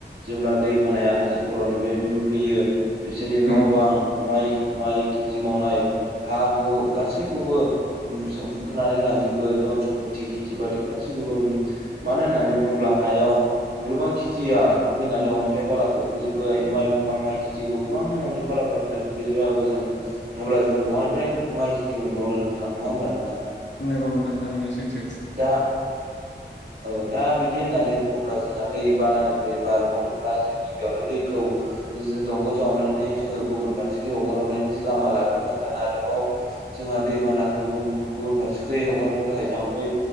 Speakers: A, on the right (about 55°); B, on the left (about 80°).
A: जेब्ला दै बानाया हाजो खर'निफ्राय फैयो। बिसोरनि न'
B: उम
A: बां माइ माइ खेथि मावनाय हा हु गासैखौबो बोखारनानै लांजोबो धन सम्पति खेथि बाथि गासैखौबो मानो होननानै बुङोब्ला हायाव गोबां खेथिया फैनानै अन्थाइ बालाखौ फैजोबबाय माइ माइ खेथिखौ गोबां अन्थाइ बालाफ्रा फैना बिदि जों अब्ला जों बहानिफ्राय माइ खेथि मोनबावनो नोंथां नङा होमबा नोंथां।
B: नंगौ नोंथां थारैनो सैथो।
A: दा औ दा बिदि होननानै बुङोब्ला जोंहा दै बानानिफ्राय बारग'नोब्ला जों गिबियावनो दैखौ जों दंग जावनानै जोङो गुबुन फारसेखौ हगार हरनायनि लामा लाग्रोनांगोन आरोबाव जोंहा दैबानाखौ गुबुन फारसे हगारनो थाखाय जाम्फै